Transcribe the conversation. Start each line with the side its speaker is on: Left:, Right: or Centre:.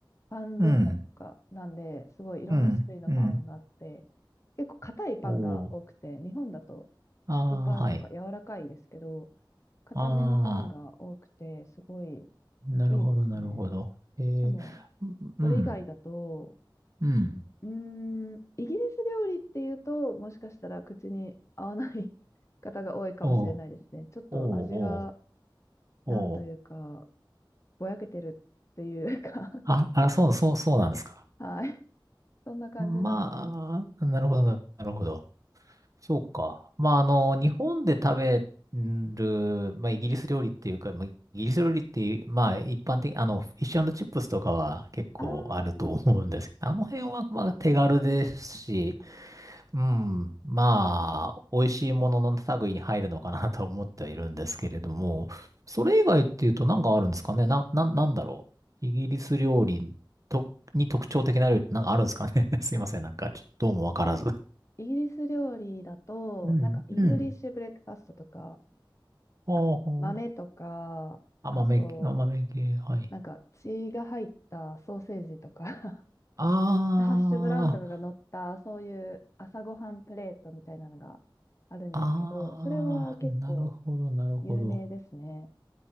Left: パン文化とかなんで、
Right: うん、
Left: すごいいろんな種類のパンがあって、
Right: うん、うん。
Left: 結構硬いパンが多くて、
Right: おー。
Left: 日本だと食パンとか柔らかいですけど、
Right: ああ、はい。
Left: 硬めのパンが多くて、
Right: ああ。
Left: すごい
Right: なるほど、
Left: いいですね。
Right: なるほど。えー、
Left: でも、
Right: うん、
Left: それ以外だと、
Right: うん。
Left: うーん、イギリス料理っていうと、もしかしたら口に合わない <laughs> 方が多いかもしれないですね。
Right: おう、
Left: ちょっと味が、
Right: おう、おう、おう。
Left: なんというか、ぼやけてるっていうか
Right: あ、あ、そう、そう、そうなんですか。
Left: <laughs> はい。そんな感じなので、
Right: まあ、なるほど、なるほど。そうか。まあ、あの、日本で食べる、まあ、イギリス料理っていうか、まあ、イギリス料理っていう、まあ、一般的、あの、フィッシュチップスとかは結構あると思うんですけど、
Left: あー
Right: あの辺は、まあ、手軽ですし、うん。まあ、美味しいものの類に入るのかなと思ってはいるんですけれども、それ以外っていうと何かあるんですかねな、な、なんだろう。イギリス料理と、に特徴的な料理って何かあるんですかね <laughs> すいません。なんか、ちょっとどうもわからず。
Left: イギリス料理だと、
Right: うん、
Left: なんかイングリッシュブレックファストとか、
Right: うん。ほうほう。
Left: あ豆とか、
Right: 甘め、
Left: あと、
Right: 甘め系、はい。
Left: なんか血が入ったソーセージとか
Right: あー、
Left: <laughs> ハッシュブラウンとかが乗った、そういう朝ごはんプレートみたいなのがあるんですけど、
Right: あー、
Left: それは結構
Right: なるほど、なるほど。
Left: 有名ですね。